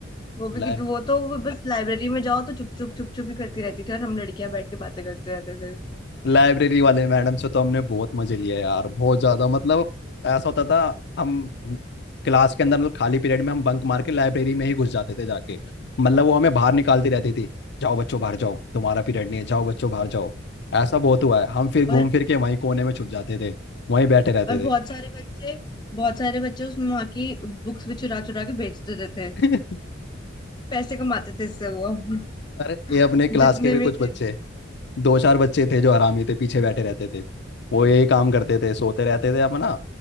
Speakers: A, on the left; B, on the left.
A: वो भी
B: लाइ
A: कि वो तो वो बस लाइब्रेरी में जाओ तो चुप चुप चुप चुप ही करती रहती थी और हम लड़कियां बैठ के बातें करते रहते थे
B: लाइब्रेरी वाले मैडम से तो हमने बहुत मजे लिए यार बहुत ज्यादा मतलब ऐसा होता था हम क्लास के अंदर मतलब खाली पीरियड में हम बंक मार के लाइब्रेरी में ही घुस जाते थे जाके मतलब वो हमें बाहर निकालती रहती थी जाओ बच्चों बाहर जाओ तुम्हारा पीरियड नहीं है जाओ बच्चों बाहर जाओ ऐसा बहुत हुआ है हम फिर घूम
A: और
B: फिर के वहीं कोने में छुप जाते थे वहीं बैठे रहते
A: और बहुत
B: थे
A: सारे बच्चे बहुत सारे बच्चे उसमें वहां की बुक्स भी चुरा चुरा के बेच देते थे
B: <laughs>
A: पैसे कमाते थे इससे वो
B: अरे
A: <laughs>
B: ये अपने क्लास
A: जितने
B: के भी
A: भी
B: कुछ
A: थे
B: बच्चे दो चार बच्चे थे जो हरामी थे पीछे बैठे रहते थे वो यही काम करते थे सोते रहते थे अपना